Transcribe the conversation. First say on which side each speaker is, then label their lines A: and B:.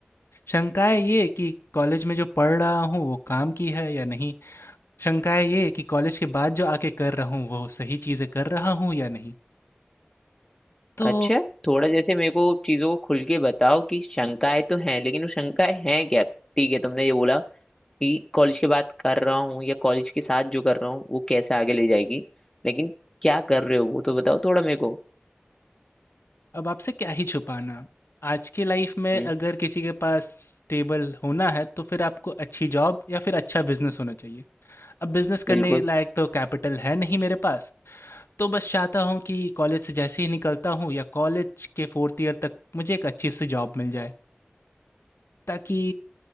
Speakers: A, on the left; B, on the left.
A: शंकाएं ये कि कॉलेज में जो पढ़ रहा हूँ वो काम की है या नहीं शंकाएं ये कि कॉलेज के बाद जो आके कर रहा हूँ वो सही चीज़ें कर रहा हूँ या नहीं तो
B: अच्छा थोड़ा जैसे मेरे को चीजों को खुल के बताओ कि शंकाएं तो हैं लेकिन वो शंकाएं हैं क्या ठीक है तुमने ये बोला कि कॉलेज के बाद कर रहा हूँ या कॉलेज के साथ जो कर रहा हूँ वो कैसे आगे ले जाएगी लेकिन क्या कर रहे हो वो तो बताओ थोड़ा मेरे को
A: अब आपसे क्या ही छुपाना। आज की लाइफ़ में
B: हम्म
A: अगर किसी के पास स्टेबल होना है, तो फिर आपको अच्छी जॉब या फिर अच्छा बिज़नेस होना चाहिए। अब बिज़नेस
B: बिल्कुल
A: करने लायक तो कैपिटल है नहीं मेरे पास, तो बस चाहता हूँ कि कॉलेज से जैसे ही निकलता हूँ या कॉलेज के 4th ईयर तक मुझे एक अच्छी सी जॉब मिल जाए, ताकि